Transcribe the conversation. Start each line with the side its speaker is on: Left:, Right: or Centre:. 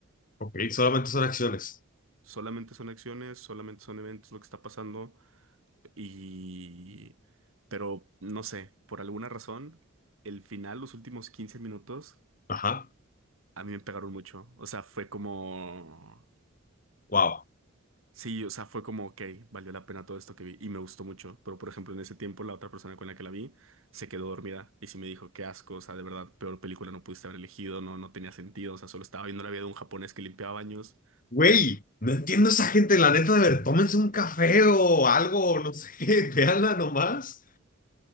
Left: Ok, solamente son acciones.
Right: solamente son acciones, solamente son eventos lo que está pasando y... Pero no sé, por alguna razón, el final, los últimos 15 minutos,
Left: Ajá,
Right: a mí me pegaron mucho. O sea, fue como...
Left: wow.
Right: Sí, o sea, fue como, ok, valió la pena todo esto que vi y me gustó mucho. Pero, por ejemplo, en ese tiempo, la otra persona con la que la vi se quedó dormida y sí me dijo, qué asco, o sea, de verdad, peor película no pudiste haber elegido, no, no tenía sentido, o sea, solo estaba viendo la vida de un japonés que limpiaba baños
Left: Güey, no entiendo esa gente, la neta, de ver, tómense un café o algo, no sé, <laughs> veanla nomás.